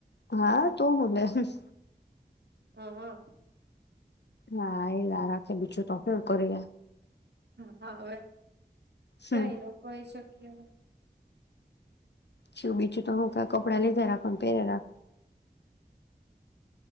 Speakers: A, on the left; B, on the right.
A: હા તો હું બેસીસ.
B: હમ્મ, હમ્મ
A: હા એ લારા બીજું તો હું કરે.
B: હા હવે.
A: હમ
B: કઈ નહી હોઈ શકે
A: શું બીજું તો હું કાય કપડા લીધા રાખુંને પહેરેલા.